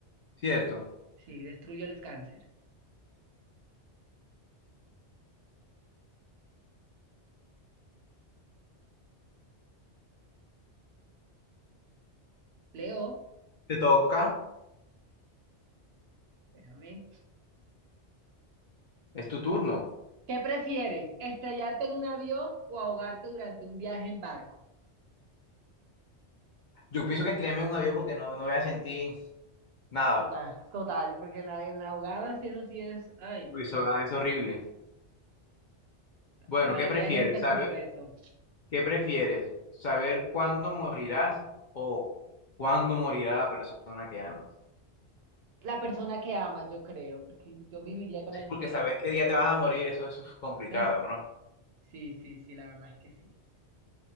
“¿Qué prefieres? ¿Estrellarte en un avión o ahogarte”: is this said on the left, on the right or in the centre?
Right